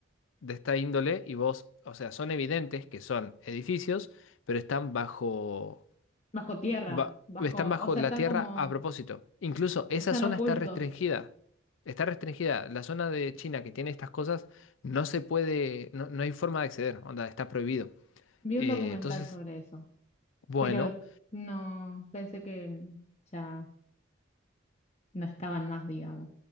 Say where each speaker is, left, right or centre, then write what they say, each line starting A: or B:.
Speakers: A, on the left; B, on the left.
A: de esta índole y vos, o sea, son evidentes que son edificios, pero están bajo,
B: bajo tierra,
A: ba-
B: bajo...
A: están bajo
B: O sea,
A: la
B: están
A: tierra
B: como...
A: a propósito. Incluso esa
B: Están
A: zona
B: ocultos.
A: está restringida. Está restringida. La zona de China que tiene estas cosas no se puede, no, no hay forma de acceder, onda, está prohibido.
B: Vi
A: Eh,
B: un documental
A: entonces,
B: sobre eso,
A: bueno,
B: pero no pensé que ya... no estaban más, digamos.